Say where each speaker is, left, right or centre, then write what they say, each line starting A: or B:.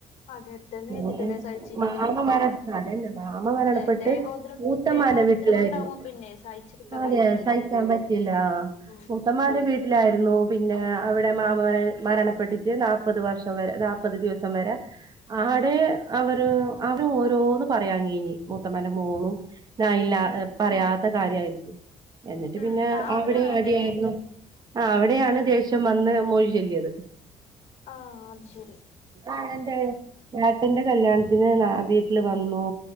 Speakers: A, on the left; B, on the right.
A: അതെ എത്രന്ന്
B: പിന്നെ
A: എഴുതിട്ടല്ലേ സഹിച്ചിരിക്ക
B: മാമാൻമാരെ അതന്നെ മാമ മരണപ്പെട്ട്
A: അതെ ദേഹോദ്ര
B: മൂത്തമാന്റെ
A: ദേഹോപദ്രവം
B: വീട്ടിലായിരുന്നു
A: ഉണ്ടാവുമ്പോ പിന്നെ സഹിച്ചിരിക്കാൻ
B: ആ
A: കഴിയൂല്ലല്ലോ
B: ദിവസ സഹിക്കാൻ പറ്റില്ല ആ
A: ഉം
B: മൂ ത്തമാന്റെ വീട്ടിലായിരുന്നു പിന്നെ അവിടെ മാമര് മരണപ്പെട്ടിട്ട് നാപ്പത് വർഷം വരെ നാപ്പപത് ദിവസം വരെ
A: ഉം
B: ആടെ അവര് അവര് ഓരോന്ന് പറയാങ്ങെങ്കീന മൂത്തമ്മന്റെ മോളുംഞാനില്ല
A: ഉം
B: പറയാത ത്തെ കാര്യമായിരിക്കും എന്നിട്ട്
A: ഉം
B: പിന്നെ
A: അവരും
B: അവിടെ
A: അങ്ങനെ
B: അവിടെ
A: തന്നെ
B: ആായിരുന്നു ആ അവിടെയാണ് ദേഷ്യം വന്ന് മൊഴിചെല്ലിയത്
A: ആ അത് ശെരി
B: ആങ്ങളെന്റെ ഏട്ടന്റെ കല്യാണത്തിന് ഞ വീട്ടില് വന്നു